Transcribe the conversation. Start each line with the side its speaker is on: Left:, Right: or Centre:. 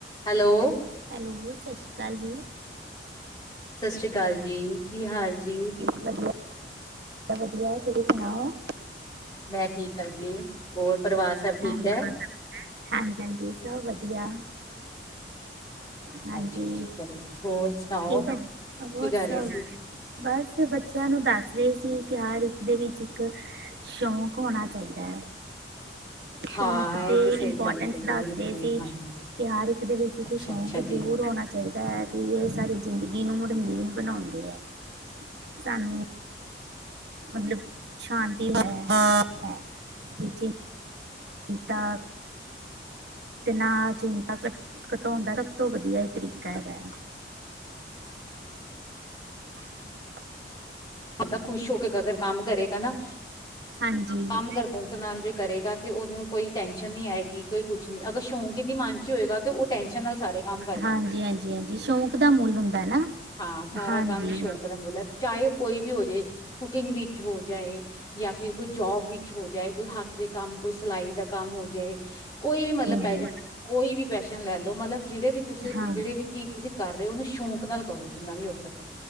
Left: Hello
Right: hello ਸਤਿ ਸ੍ਰੀ ਅਕਾਲ ਜੀ।
Left: ਸਤਿ ਸ੍ਰੀ ਅਕਾਲ ਜੀ, ਕੀ ਹਾਲ ਜੀ।
Right: ਵਧੀਆ। ਵਧੀਆ, ਵਧੀਆ ਤੁਸੀਂ ਸੁਨਾਓ।
Left: ਮੈਂ ਠੀਕ ਆ ਜੀ, ਹੋਰ ਪਰਿਵਾਰ ਸਭ ਠੀਕ
Right: ਹਾਂਜੀ
Left: ਐ।
Right: ਹਾਂਜੀ, ਹਾਂਜੀ ਸਭ ਵਧੀਆ। ਹਾਂਜੀ,
Left: ਅੱਛਾ ਅੱਛਾ ਚਲੋ ਜੀ। ਹੋਰ ਸੁਣਾਓ,
Right: ਠੀਕ ਆ ਹੋਰ
Left: ਕੀ ਕਰ
Right: ਸਭ
Left: ਰਹੇ ਸੀ?
Right: ਬਸ, ਬੱਚਿਆਂ ਨੂੰ ਦੱਸ ਰਹੀ ਸੀ ਵੀ ਹਰ ਇੱਕ ਦੇ ਵਿੱਚ, ਇੱਕ ਸ਼ੌਂਕ ਹੋਣਾ ਚਾਈਦਾ ਐ।
Left: <inaudible>
Right: ਸ਼ੌਕ
Left: ਇਹ
Right: ਦੇ
Left: ਤੇ ਸਹੀ
Right: ਇੰਪੋਟਨਸ
Left: ਗੱਲ ਕਹੀਏ
Right: ਦੱਸ
Left: ਬਿਲਕੁਲ
Right: ਰਹੇ ਸੀ,
Left: ਹਾਂਜੀ,
Right: ਕਿ ਹਰ ਇੱਕ ਦੇ ਵਿੱਚ ਇੱਕ
Left: ਅੱਛਾ
Right: ਸ਼ੌਕ
Left: ਅੱਛਾ
Right: ਜਰੂਰ
Left: ਜੀ।
Right: ਹੋਣਾ ਚਾਈਦਾ ਐ ਕਿ ਐ ਸਾਰੀ ਜਿੰਦਗੀ ਨੂੰ ਰੰਗੀਨ ਬਨਾਂਓਦੇ ਆ। ਸਾਨੂੰ ਮਤਲਬ ਸ਼ਾਂਤੀ <unintelligible> ਤਾਂ ਤੇ ਨਾ ਚਿੰਤਾ ਘਟ, ਘਟਾਉਦਾ ਸਬ ਤੋਂ ਵਦੀਆ ਤਰੀਕਾ ਹੈਗਾ ਐ। <unintelligible>
Left: ਬੰਦਾ ਖੁਸ਼ ਹੋ ਕੇ ਅਗਰ ਕੰਮ ਕਰੇਗਾ ਨਾ
Right: ਹਾਂਜੀ,
Left: ਕੰਮ ਕਰ <unintelligible> ਨਾਲ ਜੇ ਕਰੇਗਾ ਤੇ ਓਨੂੰ ਕੋਈ ਟੈਨਸ਼ਨ ਨਈ ਆਏਗੀ ਕੋਈ ਕੁਝ ਅਗਰ ਸ਼ੌਕ ਈ ਨੀ ਮਨ ਚ ਹੋਏਗਾ ਤੋ ਉਹ ਟੈਸ਼ਨ ਨਾਲ ਸਾਰੇ ਕੰਮ ਕਰੇਗਾ।
Right: ਹਾਂਜੀ, ਹਾਂਜੀ ਸ਼ੌਂਕ ਦਾ ਮੁੱਲ ਹੁੰਦਾ ਨਾ।
Left: ਹਾਂ, ਸਾਰਾ
Right: ਹਾਂਜੀ,
Left: ਕੰਮ ਈ ਸ਼ੌਕ ਦਾ ਮੁਲ ਐ, ਚਾਏ ਓ ਕੋਈ ਵੀ ਹੋ ਜੇ ਕੁਕਿੰਗ ਵਿੱਚ ਹੋ ਜਾਏ ਯਾ ਫਿਰ ਕੋਈ ਜੋਬ ਵਿੱਚ ਹੋ ਜਾਏ, ਕੋਈ ਹੱਥ ਦੇ ਕੰਮ, ਕੋਈ ਸਲਾਈ ਦਾ ਕੰਮ ਹੋ ਜਾਏ ਕੋਈ ਵੀ ਮਤਲਬ ਪੈ
Right: ਹੂੰ।
Left: ਕੋਈ ਵੀ ਪੈਸ਼ਨ ਲੈ ਲੋ ਮਤਲਬ ਜਿਹੜੇ ਵੀ ਤੁਸੀ,
Right: ਹਾਂ,
Left: ਜਿਹੜੇ ਵੀ ਚੀਜ ਤੁਸੀਂ ਕਰ ਰਹੇ ਓ ਓਨੂੰ ਸ਼ੌਕ ਨਾਲ ਕਰੋ ਜਿੰਨਾ ਵੀ ਹੋ ਸਕੇ।